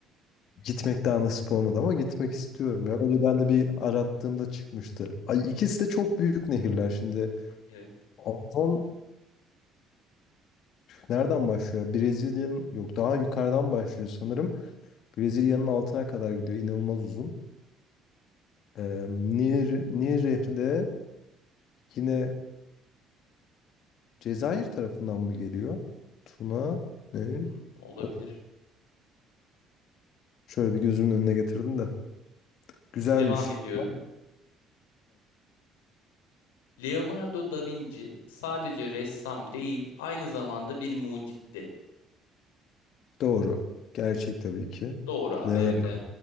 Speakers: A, on the left; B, on the left.
A: Gitmek daha nasip olmadı ama gitmek istiyorum ya. Önceden de bir arattığımda çıkmıştı. Ay, ikisi de çok büyük nehirler şimdi.
B: Evet.
A: Amazon nereden başlıyor? Brezilya'nın yok daha yukarıdan başlıyor sanırım. Brezilya'nın altına kadar gidiyor. İnanılmaz uzun. Ee, Nil, Nil Nehri de yine Cezayir tarafından mı geliyor? Tuna, Nehir.
B: Hmm, olabilir.
A: Of, şöyle bir gözümün önüne getirdim de. Güzelmiş.
B: Devam ediyorum. Leonardo da Vinci sadece ressam değil, aynı zamanda bir mucitti.
A: Doğru. Gerçek tabii ki.
B: Doğru abi,
A: Leonardo.
B: evet. Yani